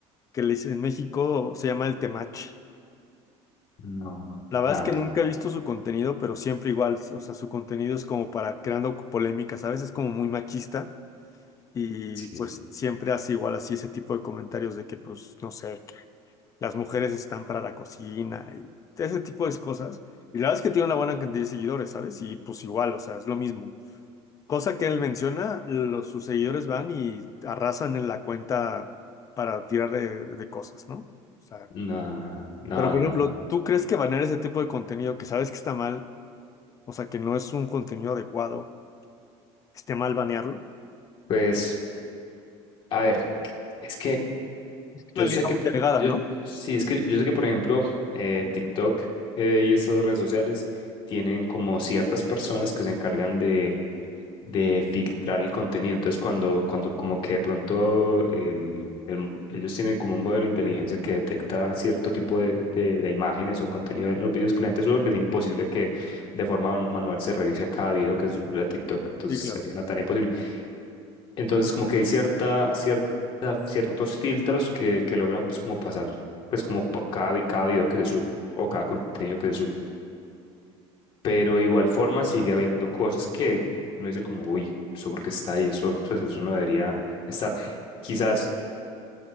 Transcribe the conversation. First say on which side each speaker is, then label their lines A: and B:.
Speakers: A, on the left; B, on the left.
A: que le, en México se llama el Temach.
B: no, no,
A: La verdad
B: nada,
A: es que nunca he visto su contenido, pero siempre igual, o sea, su contenido es como para creando polémicas, a veces como muy machista y
B: sí,
A: pues siempre hace igual así ese tipo de comentarios de que pues, no sé, las mujeres están para la cocina y ese tipo de cosas. Y la verdad es que tiene una buena cantidad de seguidores, ¿sabes? Y pues igual, o sea, es lo mismo. Cosa que él menciona, los, sus seguidores van y arrasan en la cuenta para tirar de, de cosas, ¿no? O sea,
B: nada, nada,
A: pero por
B: no,
A: ejemplo,
B: no.
A: ¿tú crees que banear ese tipo de contenido que sabes que está mal? O sea, que no es un contenido adecuado. Esté mal banearlo.
B: Pues, a ver, es que
A: Es
B: yo
A: una línea
B: sé que,
A: muy delgada,
B: yo,
A: ¿no?
B: sí, es que yo sé que, por ejemplo, eh, TikTok eh, y estas redes sociales tienen como ciertas personas que se encargan de de filtrar el contenido. Entonces, cuando, cuando como que de pronto el, el- ellos tienen como un modelo de inteligencia que detecta cierto tipo de, de, de imágenes o contenido en los videos que la gente sube, porque es imposible que de forma man- manual se revise cada video que se sube a TikTok. Entonces,
A: Sí,
B: sería
A: claro.
B: una tarea imposible. Entonces, como que hay cierta, cierta, ciertos filtros que, que logran pues como pasar, pues como po- cada, vi- cada video que se sube o cada contenido que se sube. Pero igual forma sigue habiendo cosas que uno dice como, uy, eso porque está ahí, eso, pues eso no debería estar. Quizás